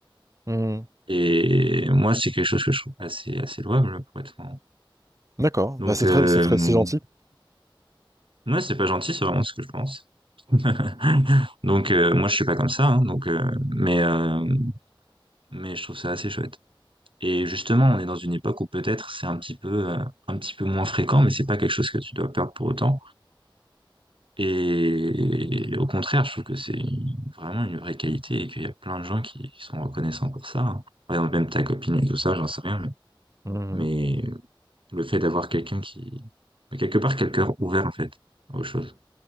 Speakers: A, on the right; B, on the right.
A: Hmm.
B: Et moi, c'est quelque chose que je trouve assez, assez louable, pour être franc.
A: D'accord,
B: Donc,
A: bah, c'est
B: euh,
A: très, c'est très, c'est gentil.
B: ouais, c'est pas gentil, c'est vraiment ce que je pense. <laughs> Donc, euh, moi, je suis pas comme ça, hein, donc, euh, mais, euh, mais je trouve ça assez chouette. Et justement, on est dans une époque où peut-être c'est un petit peu, euh, un petit peu moins fréquent, mais c'est pas quelque chose que tu dois perdre pour autant. Et, au contraire, je trouve que c'est vraiment une vraie qualité et qu'il y a plein de gens qui, qui sont reconnaissants pour ça. hein. Par exemple, même ta copine et tout ça, j'en sais rien, mais,
A: Mhm.
B: mais Le fait d'avoir quelqu'un qui... mais quelque part, quel cœur ouvert, en fait, aux choses.